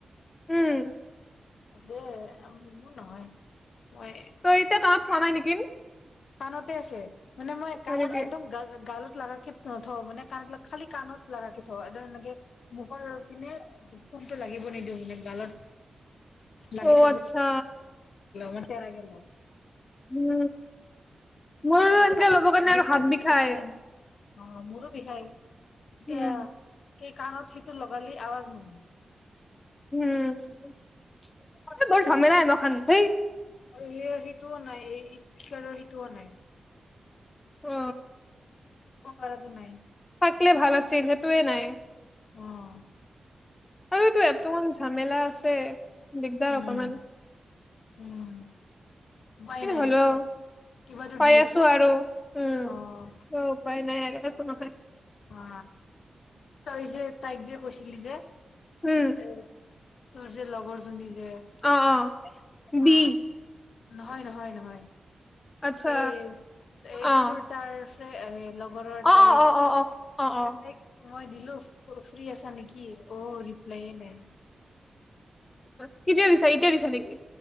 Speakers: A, on the left; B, on the left.
A: উম।
B: ম নহয় মই
A: তই এতিয়া কানত থালা নেকি
B: কানতে আছে মানে মই
A: হয়
B: কানত
A: নেকি
B: একদম গ গত ল কে নথওঁ মানে কাণবিলাক খালি কাণত লাগ কে থওঁ এ এনেকে মুখৰ পিনে ফোনটো লাগিব নিদিওঁ মানে গালত লাগি
A: অ
B: থাক
A: আচ্ছা
B: গ মানে তেৰা কে ল
A: উম মোৰো
B: মানে
A: এনেকয়া
B: কি
A: ল'বৰ কাৰণে
B: মুখত
A: আৰু হাত বিষাই
B: উঠে অ মোৰো বিষাই
A: উম
B: এ এই কানত হত লগালে আৱজ ন
A: উ বৰ জেমেলা আ ম খানথ
B: আৰু সেই সেইটোও নাই এই স্পকাৰৰ সেইটোও নাই
A: অ
B: ঘৰ তে নাই
A: থাকে ভাল আছিল সেইটোয়ে নাই
B: উম
A: আৰু এইটো এটমান ঝামেলা আছে দিগদাৰ
B: উম
A: অকমান
B: উম উপায়
A: কি
B: নাই
A: হ'লে ও
B: কিবাতো
A: পাই
B: দি আছে
A: আছো আৰু উম উম
B: অ'
A: উপায় নাই আৰু নহ
B: অ তই যে তাইক যে কৈছিলি যে
A: উম
B: এ তোৰ যে লগৰজনী যে
A: অ অ
B: হা
A: বি
B: নহয় নহয় নহয়
A: আচ্ছা
B: এ এই
A: অ
B: তোৰ তাৰ এই লগ গৰৰ
A: অ
B: তাই
A: অ অ অ অ অ অ
B: তাইক মই দিলোঁ ফ্ৰি আছা নেকি অ ৰিপ্লাই নাই
A: অ কি আনিছা ইতিয়া নিছা নেকি